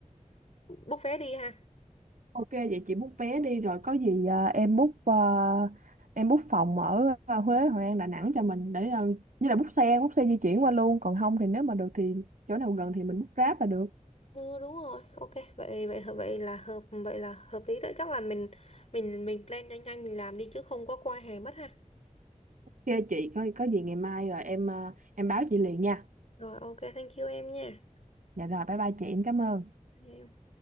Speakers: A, on the left (about 50°); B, on the right (about 75°).
A: book vé đi ha.
B: Ok vậy chị book vé đi rồi có gì ờ, em book ờ, em book phòng ở ờ, Huế, Hội An, Đà Nẵng cho mình để ờ, như là book xe, book xe di chuyển qua luôn, còn không thì nếu mà được thì chỗ nào gần thì mình book Grab là được.
A: Ừ đúng rồi. Ok vậy vậy vậy là hợp vậy là hợp lý đó. Chắc là mình mình mình plan nhanh nhanh mình làm đi chứ không có qua hè mất ha.
B: Ok chị có có gì ngày mai rồi em ờ, em báo chị liền nha.
A: Rồi ok thank you em nha.
B: Dạ rồi bye bye chị em cảm ơn.
A: Thank you em.